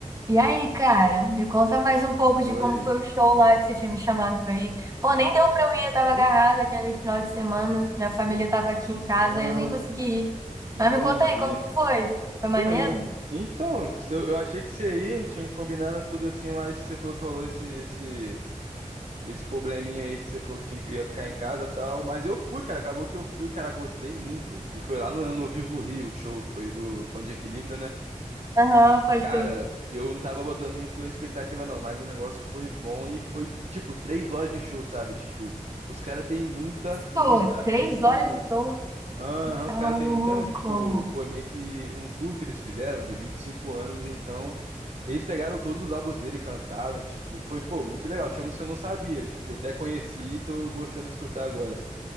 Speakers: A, on the right (about 25°); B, on the right (about 55°).
A: E aí, cara, me conta mais um pouco
B: Fala
A: de como
B: aí.
A: foi o show lá que você tinha me chamado pra ir. Pô, nem deu pra eu ir, eu tava agarrada
B: Hum?
A: aquele final de semana, minha família
B: Hum?
A: tava aqui em casa
B: Ah,
A: e eu nem consegui ir.
B: entendi.
A: Mas me conta aí, como que foi? Foi maneiro?
B: Pô, hein? Então, se eu, eu achei que você ia, tinha combinado tudo assim, mas você falou que rolou esse, esse, esse probleminha aí que você falou que tinha, que ia ficar em casa e tal. Mas eu fui, cara. Acabou que eu fui, cara. Gostei muito. E foi lá no, no Vivo Rio, o show. Foi do Ponto de Equilíbrio, né?
A: Aham,
B: E,
A: pode
B: cara,
A: crer.
B: eu não tava botando muito expectativa, não. Mas o negócio foi bom e foi, tipo, três horas de show, sabe? Tipo, os caras têm muita, muita,
A: Sou, três
B: muita
A: horas
B: música.
A: de show.
B: Aham,
A: Tá
B: os caras
A: maluco.
B: têm muita música tipo, foi meio que um tour que eles fizeram de 25 anos, então eles pegaram todos os álbuns dele, cantaram, e, tipo, foi, pô, muito legal. Tinha música que eu não sabia, tipo, até conheci e tô gostando de escutar agora,